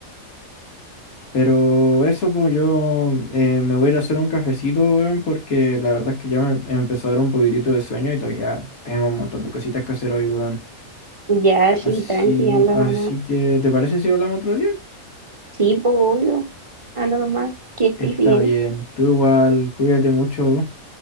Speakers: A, on the left; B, on the right.
A: Pero eso, pues yo eh, me voy a ir a hacer un cafecito, weón, porque la verdad es que ya me, me empezó a dar un poquitito de sueño y todavía tengo un montón de cositas que hacer hoy, weón.
B: Ya, sí,
A: Así,
B: tranqui, anda
A: así
B: mamá.
A: que, ¿te parece si hablamos otro día?
B: Sí, pues obvio. Anda nomás, que estés
A: Está
B: bien.
A: bien, tú igual, cuídate mucho.